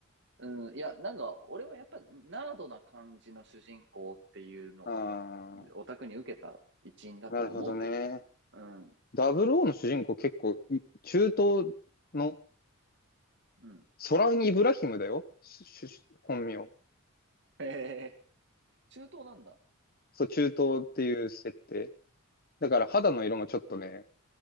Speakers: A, on the right; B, on the left.
A: うん、いや、なんか、俺はやっぱナードな感じの主人公っていうのも、
B: あ
A: オタクに受けた一因だと思うけどね。
B: あ、なるほどね。
A: うん、
B: 00の主人公結構い、中東の、
A: うん。
B: ソランイブラヒムだよ。しし本名。
A: へえ、中東なんだ。
B: そう、中東っていう設定。だから肌の色もちょっとね、